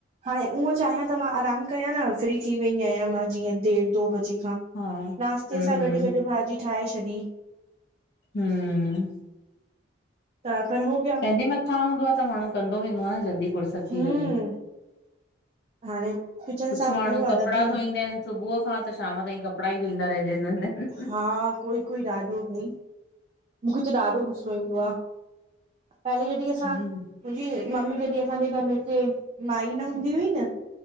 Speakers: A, on the right; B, on the left.
A: हाणे उहं चाहियां त मां आराम कयां न फ्री थी वई आहियां मां जीअं ॾेढ दो बजे खां।
B: हा
A: नाश्ते
B: हम्म
A: सां गॾु गॾु भाॼी ठाहे छॾी।
B: हम्म
A: त पर हो गया।
B: पहिंजे मथां हूंदो आ त माण्हू कंदो वेंदो आ न जल्दी फुरसत
A: हम्म
B: थी वञे।
A: हाणे किचन
B: कुछ
A: साफ़
B: माण्हू
A: कयो आहे
B: कपिड़ा
A: त बि
B: धोईंदाइन। सुबुह खां त शाम ताईं कपिड़ा ई धोईंदा रहिजंदाइन न?
A: हा, कोई- कोई ॾाढो भई मूंखे त ॾाढो गुस्सो ईंदो आ, पहले जॾहिं असां
B: हम्म
A: मुंहिंजी मम्मी जॾहिं असांजे घर में हिते माई न हूंदी हुई न